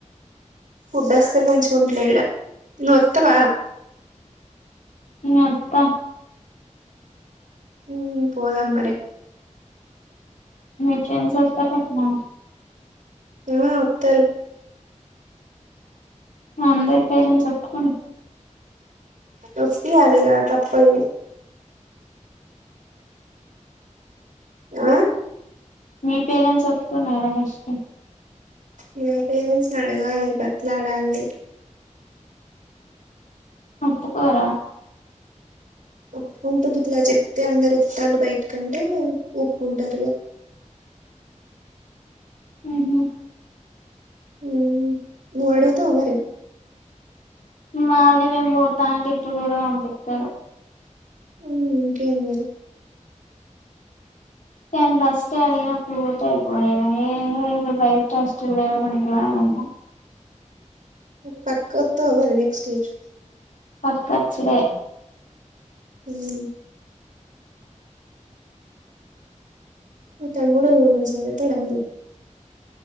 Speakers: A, on the right; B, on the left.
A: ఫుడ్ అసల్ మంచిగుంటలే ఇడ నువు వత్తవ
B: మ్ వత్త
A: మ్మ్ పోదాం మరీ
B: మీ ఫ్రెండ్స్ వత్తర్ అట్నా
A: ఆ వత్తరు
B: అందరికీ పేషన్స్ ఒప్పుకున్
A: నొప్పి యాలిగా తప్పదు ఆ
B: మీ పేరెంట్స్ ఒప్పుకున్నారా నెక్స్ట్
A: ఇగ పేరెంట్స్ నీ అడగాలె బతిలాడాలె
B: ఒప్పుకోరా
A: ఒప్పుకుంటూ గీట్లా చెప్తే అందరు ఓత్తాళ్ళు బయట కంటే ఒప్పు ఉంటారు ఇగ
B: హ్మ్ హు
A: ఉ నువ్వు అడుగుతావా మరి
B: మాది మేము పోతా అంటే ఇప్పుడు కూడా పంపిత్తరు
A: మ్మ్ ఇంకేంది మరి
B: నేను ఫస్టే అడిగినప్పుడు పో త అయిపోనీ ఏ <unintelligible> బయట హాస్టల్లో ఎవరుంటారు అని
A: పకుత్ మళ్లీ నెక్స్ట్ ఏజ్
B: పక్క అచ్చుడే
A: మ్మ్ మీ తమ్ముడు మంచిగా వత్తాడ మరి